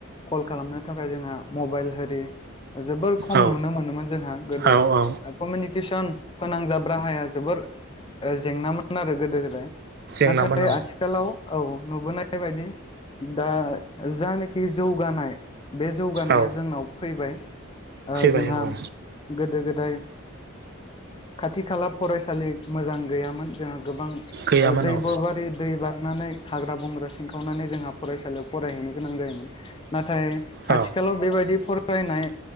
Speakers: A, on the left; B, on the right.
A: कल खालामनो थाखाय जोंहा मबाइल होरि जोबोर खम
B: औ
A: नुनो मोनोमोन जोंहा गोदो
B: औ औ
A: ओ कमिउनिकेसन फोनांजाब राहाया जोबोर जेंनामोन आरो गोदो गोदाय
B: जेंनामोन
A: नाथाय
B: औ
A: आथिखालाव औ नुबोनाय बायदि दा जानाखि जौगानाय बे जौगानाया
B: औ
A: जोंनाव फैबाय। ओ
B: फैबाय
A: जोंहा
B: औ
A: गोदो गोदाय खाथि खाला फरायसालि मोजां गैयामोन जोंहा गोबां
B: गैयामोन
A: ओ दै
B: औ
A: बबारि दै बारनानै हाग्रा बंग्रा सिनखावनानै जोंहा फरायसालियाव फरायहैनो गोनां जायोमोन। नाथाय
B: औ
A: आथिखालाव बेबायदि फरायनाय